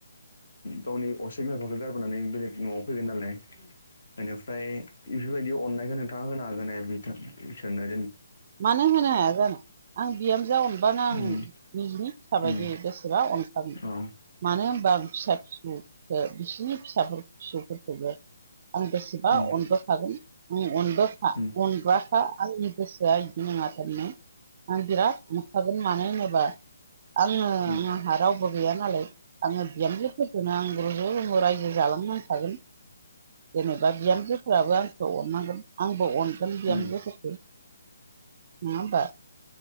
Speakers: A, on the left; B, on the right.
A: गावनि असे बिमााफोरखौ गारबोनानै बेलेग न'आव फै नाय बेनिफ्राय बेफोरबायदि अननायखौ नोंथाङा होनो हागोन बिसोरनो
B: मानो होनो हाया जानो आं बिहामजो अनबानो आं
A: उम
B: निजिनि फिसा बायदि
A: उम
B: बेसेबा अनखागोन।
A: औ
B: मानो होनबा बिस फिसौ बिसिनि फिसाफोर फिसौफोरखौबो आं बेसेबा
A: उम
B: अनबोखागोन। आं अनबोखा
A: उम
B: अनग्राखा आंनि गोसोआ बिदि नङा थारनो। आं बिराद अनखागोन मानो होनोबा आङो
A: उम
B: आंहा रावबो गैयानो नालाय आङो बिहामजोफोरखौनो आं रजु रमु रायजो जालांनांखागोन। जेनेबा बिहामजोफोराबो आंखौ अननांगोन आंबो अनगोन बिहामजोफोरखौ
A: उम
B: नङा होमबा